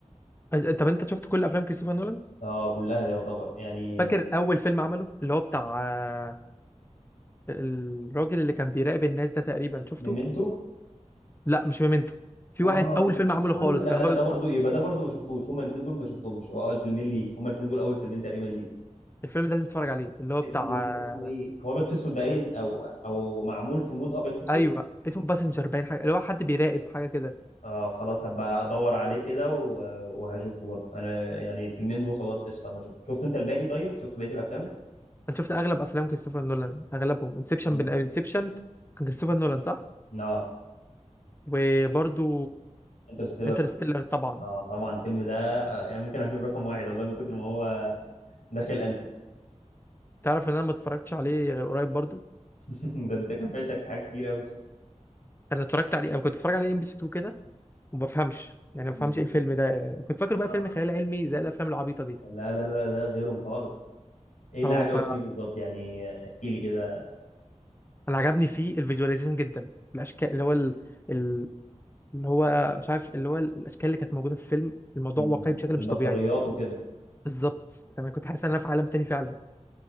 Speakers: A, on the left (about 20°); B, on the left (about 85°).
A: أج- طب انت شفت كل افلام كريستوفر نولان
B: اه كلها دي يعتبر يعني
A: فاكر اول فيلم عمله اللي هو بتاع آه، الراجل اللي كان بيراقب الناس ده تقريبا شفته
B: ميمنتو
A: لا مش ميمنتو في
B: اه
A: واحد اول فيلم
B: ايوه
A: عمله خالص
B: ايوه لا
A: كان
B: لا
A: باب
B: ده برضو يبقى ده برضو ما شفتوش هما الاثنين دول ما شفتهمش هو اول فيلمين ليه هما الاثنين دول اول فيلمين تقريبا ليه
A: الفيلم ده لازم تتفرج عليه اللي هو
B: اسمه
A: بتاع
B: كان اسمه ايه هو ابيض في اسود باين او او معمول في مود ابيض في اسود
A: ايوه اسمه باسنجر باين حاجه اللي هو حد بيراقب حاجه كده
B: اه خلاص هبقى ادور عليه كده و- وهشوفه برضه انا يعني الفيلمين دول خلاص قشطه بشوف شفت انت الباقي طيب شفت بقيه الافلام
A: انا شفت اغلب افلام كريستوفر نولان اغلبهم انسبشن
B: نعم.
A: بن انسبشن كان كريستوفر نولان صح
B: اه
A: وبرضو
B: انترستيلر
A: انترستيلر طبعا
B: اه طبعا الفيلم ده آه، يعني ممكن اعتبره رقم واحد والله من كتر ما هو داخل قلبي
A: تعرف ان انا ما اتفرجتش عليه غير قريب برضو
B: <laughs> ده انت كان فايتك حاجات كتير قوي
A: انا اتفرجت عليه انا كنت بتفرج عليه ام بي سي 2 كده وما بفهمش يعني ما
B: مم.
A: بفهمش ايه الفيلم ده كنت فاكر بقى
B: اه
A: فيلم خيال علمي زي الافلام العبيطه دي
B: لا لا لا ده غيرهم خالص ايه اللي
A: اه
B: عجبك
A: ف
B: فيه بالظبط يعني آه، احكي لي كده
A: انا عجبني فيه الفيجواليزيشن جدا الاشكال اللي هو ال... ال... اللي هو مش عارف اللي هو ال- الاشكال اللي كانت موجوده في الفيلم الموضوع
B: مم.
A: واقعي بشكل
B: البصريات
A: مش طبيعي
B: وكده
A: بالظبط انا كنت حاسس ان انا في عالم تاني فعلا